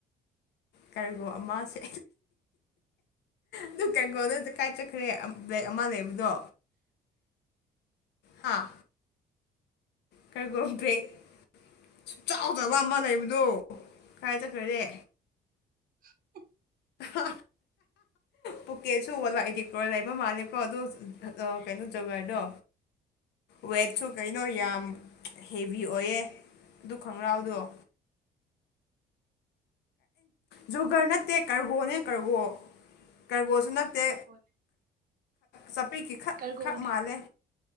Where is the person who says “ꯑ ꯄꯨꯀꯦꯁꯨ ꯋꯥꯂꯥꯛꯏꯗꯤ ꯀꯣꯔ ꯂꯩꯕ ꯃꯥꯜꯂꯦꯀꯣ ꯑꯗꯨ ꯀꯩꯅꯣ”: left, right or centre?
Left